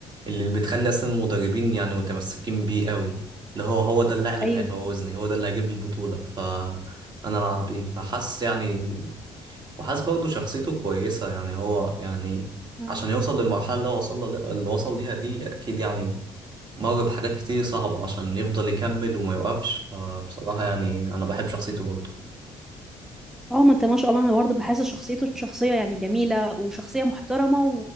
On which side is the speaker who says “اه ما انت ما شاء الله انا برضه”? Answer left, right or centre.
Centre